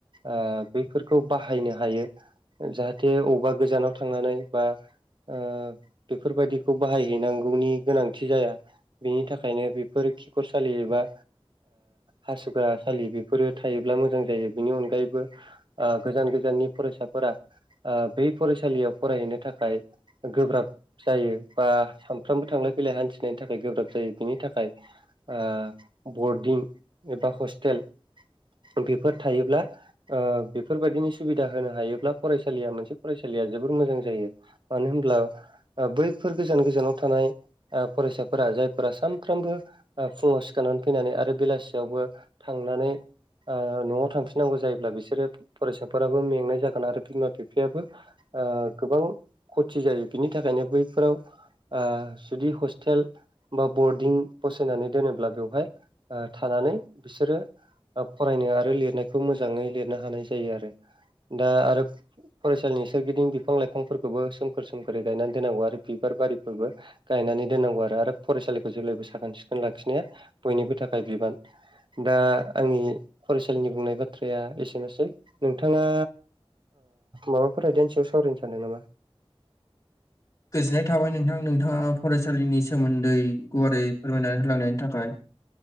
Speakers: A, on the right; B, on the left.
A: आ बैफोरखौ बाहायनो हायो जाहाथे अबेबा गोजानाव थांनानै बा ओ बेफोरबायदिखौ बाहायहैनांगौनि गोनांथि जाया बेनि थाखायनो बेफोर खिखर सालि एबा हासुग्रा सालि बेफोरो थायोब्ला मोजां जायो बेनि अनगायैबो गोजान गोजाननि फरायसाफोरा बै फरायसालियाव फरायहैनो थाखाय गोब्राब जायो बा सानफ्रामबो थांलाय फैलाय हान्थिनायनि थाखाय गोब्राब जायो बिनि थाखाय बरदिं एबा हस्टेल बेफोर थायोब्ला बेफोरबायदिनि सुबिदा होनो हायोब्ला फरायसालिया मोनसे फरायसालिया जोबोर मोजां जायो मानो होमब्ला बैफोर गोजान गोजानाव थानाय फरायसाफोरा जायफोरा सानफ्रोमबो फुङाव सिखारनानै फैनानै आरो बेलासियावबो थांनानै ओ न'आव थांफिननांगौ जायोब्ला बिसोरो फरायसाफोराबो मेंनाय जागोन आरो बिमा बिफायाबो ओ गोबां खथि जायो बिनि थाखायनो बैफोराव आ जुदि हस्टेल बा बरदिं नानै दोनोब्ला बेवहाय थानानै बिसोरो फरायनो आरो लिरनायखौ मोजाङै लिरनो हानाय जायो आरो दा आरो फरायसालिनि सोरगिदिं बिफां लाइफांफोरखौबो सोमखोर सोमखोरै गायनानै दोननांगौ आरो बिबार बारिफोरबो गायनानै दोननांगौ आरो आरो फरायसालिखौ जेब्लायबो साखोन सिखोन लाखिनाया बयनिबो थाखाय बिबान दा आंनि फरायसालिनि बुंनाय बाथ्राया एसेनोसै नोंथाङा माबाफोर आयदानि सायाव सावरायनो सानदों नामा
B: गोजोननाय थाबाय नोंथां नोंथाङा फरायसालिनि सोमोन्दै गुवारै फोरमायनानै होलांनायनि थाखाय